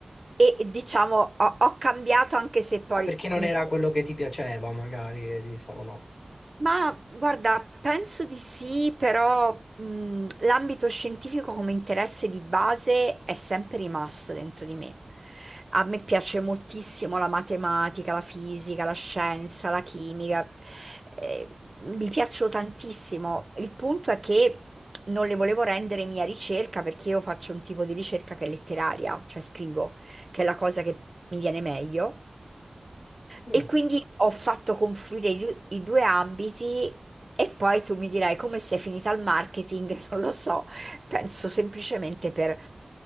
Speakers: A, on the right; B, on the left.
A: e diciamo ho, ho cambiato anche se poi
B: Ah, perché
A: comunque
B: non era quello che ti piaceva, magari, Elisa, o no?
A: ma guarda, penso di sì, però mh, l'ambito scientifico come interesse di base è sempre rimasto dentro di me. A me piace moltissimo la matematica, la fisica, la scienza, la chimica. eh, mi piacciono tantissimo. Il punto è che non le volevo rendere mia ricerca perché io faccio un tipo di ricerca che è letteraria, cioè scrivo, che è la cosa che mi viene meglio.
B: Mm,
A: E quindi ho fatto confluire i, du- i due ambiti e poi tu mi dirai come sei finita al marketing, <laughs> non lo so, penso semplicemente per